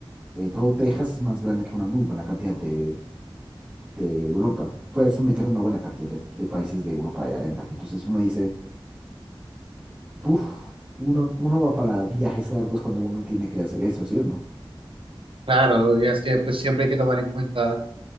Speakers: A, on the right (about 20°); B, on the right (about 70°).
A: eh, todo Texas es más grande que una muy buena cantidad de, de Europa. Puedes meter una buena cantidad de, de países de Europa allá adentro. Entonces uno dice, puff, uno, uno va para viajes largos cuando uno tiene que hacer eso, ¿sí o no?
B: Claro, y es que pues siempre hay que tomar en cuenta